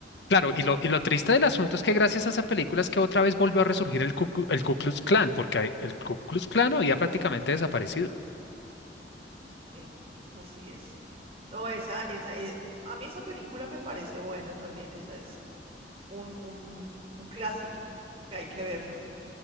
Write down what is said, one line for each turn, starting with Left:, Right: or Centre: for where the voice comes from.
Left: Claro,
Right: imagínate,
Left: y lo, y lo triste del asunto es que gracias a esa película es que otra vez volvió a resurgir el Ku, Clu- el Ku Klux Klan, porque hay- el Ku Klux Klan había prácticamente desaparecido.
Right: sí, así es. No, esa, esa, eh, a mí esa película me parece buena también, esa es un, un, un clásico que hay que verlo.